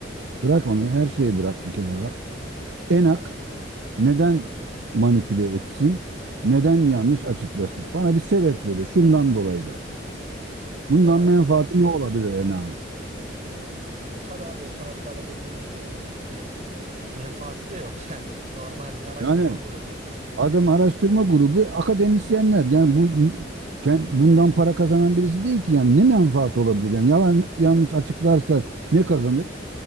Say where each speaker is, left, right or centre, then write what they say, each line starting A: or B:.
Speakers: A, on the right (about 70°); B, on the right (about 40°).
A: bırak onu, her şeyi bırak bir kenara. Enak neden manipüle etsin? Neden yanlış açıklasın? Bana bir sebep söyle. Şundan dolayı da. Bundan
B: Ya,
A: menfaati ne olabilir Enak'ın?
B: e, tabii abi o taraflarda dediğin gibi yani hani bir menfaati de yok <laughs> yani. Normal bir araştırma
A: Yani
B: grubu.
A: Adam araştırma grubu akademisyenler. Yani bu ken- bundan para kazanan birisi değil ki. Yani ne menfaat olabilir? Yani yalan yanlış açıklarsa ne kazanır?